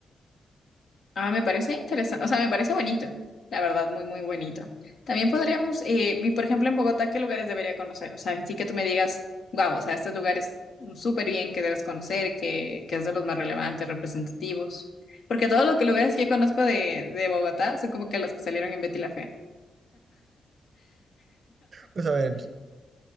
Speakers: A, on the left (about 60°); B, on the right (about 55°).
A: Ah, me parece interesante, o sea, me parece bonito, la verdad, muy, muy bonito. También podríamos, eh, y por ejemplo en Bogotá, ¿qué lugares debería conocer? O sea, sí que tú me digas, wow, o sea, estos lugares mm, súper bien que debes conocer, que, que es de los más relevantes, representativos. Porque todos los que- lugares que yo conozco de, de Bogotá son como que los que salieron en Betty la Fea.
B: Pues a ver,